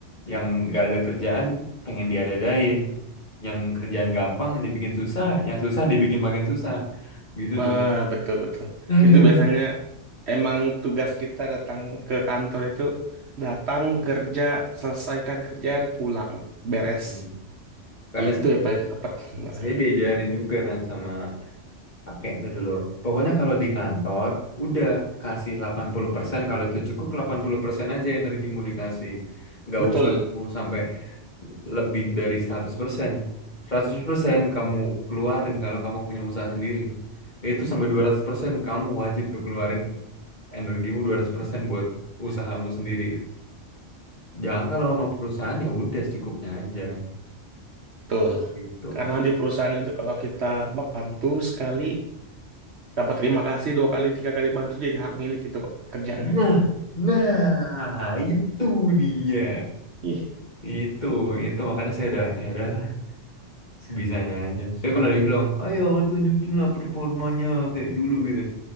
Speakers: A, on the left; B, on the right.
A: yang nggak ada kerjaan pengen diadadain, yang kerjaan gampang dibikin susah, yang susah dibikin makin susah, gitu
B: wah
A: tuh.
B: betul betul.
A: Aduh.
B: Itu biasanya emang tugas kita datang ke kantor itu datang kerja selesaikan kerjaan pulang beres.
A: Gitu. Karena
B: Itu
A: saya,
B: yang paling tepat sebenarnya.
A: saya diajarin juga kan sama Pakai itu dulu. Pokoknya kalau di kantor, udah kasih delapan puluh persen Kalau itu cukup, 80% aja energimu dikasih. Nggak
B: Betul
A: usah kamu sampai lebih dari seratus persen seratus persen kamu keluarin kalau kamu punya usaha sendiri. Itu sampai 200% kamu wajib tuh keluarin energimu 200% buat usahamu sendiri. Jangan kalau sama perusahaan ya udah secukupnya aja
B: betul.
A: gitu.
B: Karena di perusahaan itu kalau kita bantu sekali Dapat terima kasih dua kali, tiga kali bantu jadi hak milik itu, Pak, kerjaannya.
A: Nah, nah itu dia.
B: <laughs> Ih.
A: Itu, itu makanya saya udah ya adalah sebisanya aja. Saya pernah dibilang, ayo tunjukin lah performanya kayak dulu gitu.